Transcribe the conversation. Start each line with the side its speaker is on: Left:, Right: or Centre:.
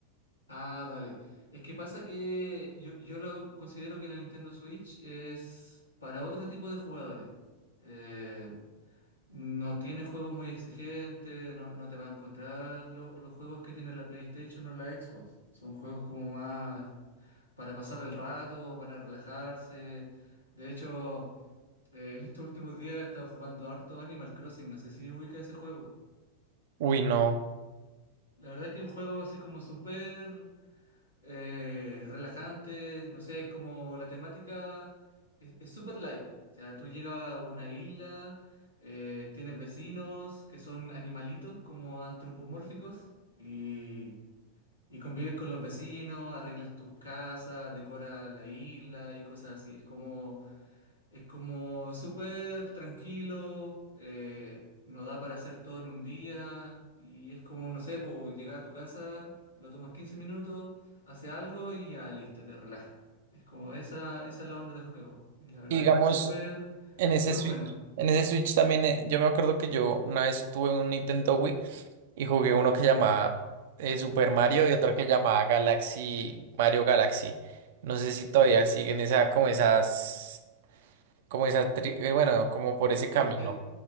Left: Ah, dale. Es que pasa que yo, yo lo considero que la Nintendo Switch es para otro tipo de jugadores. Eh, No tiene juegos muy exigentes, no, no te va a encontrar lo- los juegos que tiene la PlayStation o la Xbox. Son juegos como más para pasar el rato, para relajarse. De hecho, eh, <laughs> en estos últimos días he estado jugando harto Animal Crossing, no sé si ubica ese juego.
Right: Uy, no.
Left: La verdad que es un juego así como súper eh, relajante, no sé, es como la temática es es súper light. O sea, tú llegas a una isla, eh, tienes vecinos que son animalitos como antropomórficos y, y convives con los vecinos, arreglas tus casas, decoras la isla y cosas así. Es como... Es como súper tranquilo, eh, nos da para hacer todo en un día y es como, no sé, po, llegar a tu casa, lo tomas 15 minutos, hace algo y ya listo, te relajas. Es como esa, esa es la onda del juego. Y la verdad
Right: Y digamos,
Left: es que es súper,
Right: en
Left: súper
Right: ese Switch,
Left: bueno.
Right: en ese Switch también, eh, yo me acuerdo que yo una vez tuve un Nintendo Wii y jugué uno que llamaba eh, Super Mario y otro que llamaba Galaxy, Mario Galaxy. No sé si todavía siguen esa, como esas, como esa, tri- eh, bueno, como por ese camino.
Left: Eh, eh,